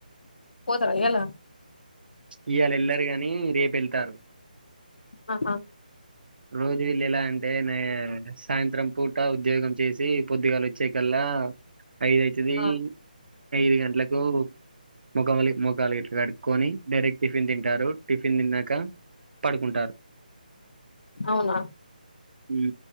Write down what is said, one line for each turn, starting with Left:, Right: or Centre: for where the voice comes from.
Left: పోతరా ఇయాల
Right: ఇయాళ ఎళ్లరు గాని రేపు ఎళ్తారు
Left: ఆహా
Right: రోజు వీళ్ళు ఎలా అంటే నే సాయంత్రం పూట ఉద్యోగం చేసి పొద్దుగాల చ్చే కల్ల ఐదు ఐతది
Left: ఆ
Right: ఐదు గంటలకు <unintelligible> ముఖాలు గట్లా కడుక్కోని డైరె టిఫిన్ తింటారు టిఫిన్ తిన్నాక పడుకుంటారు
Left: అవునా
Right: ఉ